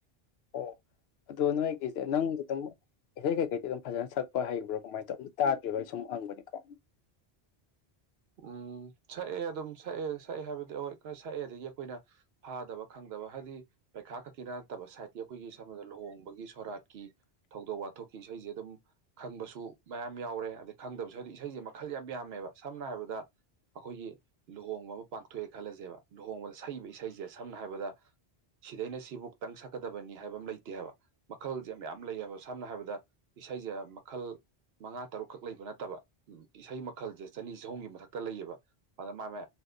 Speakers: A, on the left (about 80°); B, on the right (about 75°).
A: ꯑꯣ ꯑꯗꯣ ꯅꯣꯏꯒꯤꯁꯦ ꯅꯪ ꯑꯗꯨꯝ ꯏꯁꯩꯩ ꯀꯩꯀꯩꯗꯤ ꯑꯗꯨꯝ ꯐꯖꯅ ꯁꯛꯄ ꯍꯩꯕ꯭ꯔꯣ ꯀꯃꯥꯏꯅ ꯇꯧꯏ ꯇꯥꯗ꯭ꯔꯤꯕꯩ ꯁꯨꯝ ꯍꯪꯕꯅꯤꯀꯣ
B: ꯎꯝ ꯁꯛꯑꯦ ꯑꯗꯨꯝ ꯁꯛꯑꯦ ꯁꯛꯑꯦ ꯍꯥꯏꯕꯗꯤ ꯍꯣꯏ ꯈꯔ ꯁꯛꯑꯦ ꯑꯗꯒꯤ ꯑꯩꯈꯣꯏꯅ ꯐꯥꯗꯕ ꯈꯪꯗꯕ ꯍꯥꯏꯕꯗꯤ ꯄꯩꯈꯥ ꯈꯛ ꯀꯤ ꯅꯠꯇꯕ ꯁꯥꯏꯠꯀꯤ ꯑꯩꯈꯣꯏꯒꯤ ꯁꯝꯅꯗ ꯂꯨꯍꯣꯡꯕꯒꯤ ꯁꯣꯔꯥꯠꯀꯤ ꯊꯧꯗꯣꯛ ꯋꯥꯊꯣꯛꯀꯤ ꯏꯁꯩꯁꯦ ꯑꯗꯨꯝ ꯈꯪꯕꯁꯨ ꯃꯌꯥꯝ ꯌꯥꯎꯔꯦ ꯑꯗꯩ ꯈꯪꯗꯕꯁꯨ ꯍꯥꯏꯗꯤ ꯏꯁꯩꯁꯦ ꯃꯈꯜ ꯌꯥꯝ ꯌꯥꯝꯃꯦꯕ ꯁꯝꯅ ꯍꯥꯏꯔꯕꯗ ꯑꯩꯈꯣꯏꯒꯤ ꯂꯨꯍꯣꯡꯕ ꯑꯃ ꯄꯥꯡꯊꯣꯛꯑꯦ ꯈꯜꯂꯁꯦꯕ ꯂꯨꯍꯣꯡꯕꯗ ꯁꯛꯏꯕ ꯏꯁꯩꯁꯦ ꯁꯝꯅ ꯍꯥꯏꯔꯕꯗ ꯁꯤꯗꯩꯅ ꯁꯤꯕꯨꯧꯛꯇꯪ ꯁꯛꯀꯗꯕꯅꯤ ꯍꯥꯏꯕ ꯑꯃ ꯂꯩꯇꯦ ꯍꯥꯏꯕ ꯃꯈꯜꯁꯦ ꯃꯌꯥꯝ ꯂꯩꯌꯦꯕ ꯁꯝꯅ ꯍꯥꯏꯔꯕꯗ ꯏꯁꯩꯁꯦ ꯃꯈꯜ ꯃꯉꯥ ꯇꯔꯨꯛꯈꯛ ꯂꯩꯕ ꯅꯠꯇꯕ ꯎ ꯏꯁꯩ ꯃꯈꯜꯁꯦ ꯆꯅꯤ ꯆꯍꯨꯝ ꯃꯊꯛꯇ ꯂꯩꯌꯦꯕ ꯑꯗ ꯃꯥꯅꯦ